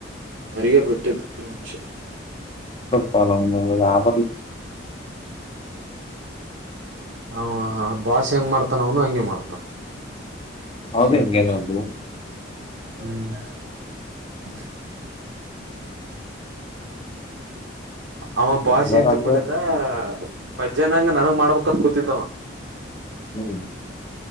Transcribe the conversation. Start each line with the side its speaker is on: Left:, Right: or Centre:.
Right: ಅರಿಯ ಬಿಟ್ಟಿದ್ದ ಮಚ್ಚ
Left: ಹ ಾ
Right: ಹ ಭಾಷ ಹೆಂಗ ಮಾಡ್ತಾನ ಅವನು ಹಂಗಗೆ ಮಾಡ್ತಾನ
Left: ಹೌದ
Right: ಸೇಂಟು
Left: ಹಿಂಗೆ ನಮ್ದು
Right: ಸೇಮ ಹ್ಮ್ ಹ್ಮ್ ಅವ ಭಾಷೆ
Left: ಎಲ್ಲಾರ
Right: ಅ ತಕೊಂಡಿದ್ದ
Left: ಹಂಗ
Right: ಪಜ್ಯಾಹನಂಗ ನನಂಗ ಮಾಡ್ಬೇಕತ್ ಕೂತಿದ್ದವ
Left: ಹ್ಮ್